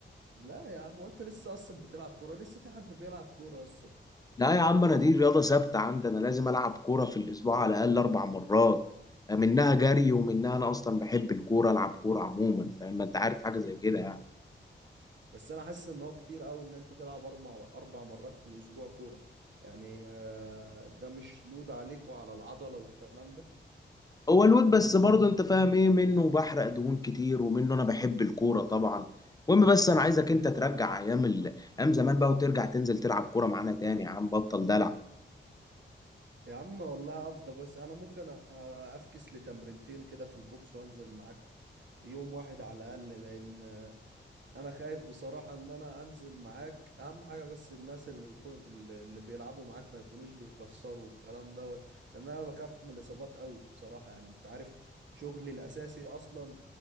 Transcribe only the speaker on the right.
لا يا عم وانت لسه اصلا بتلعب كوره لسه في حد بيلعب كوره اصلا
بس انا حاسس ان هو كتير قوي ان انت تلعب اربع اربع مرات في الاسبوع كوره يعني آه، ده مش لود عليك وعلى العضله والكلام ده
يا عم والله افضل بس انا ممكن آه، افكس لتمرينتين كده في البوكس وانزل معاك يوم واحد على الاقل لان انا خايف بصراحة ان انا انزل معاك اهم حاجة بس الناس اللي يكون اللي اللي بيلعبوا معاك ما يكونوش بيكسروا الكلام دوت لان انا بخاف من الاصابات قوي بصراحة يعني انت عارف شغلي الاساسي اصلا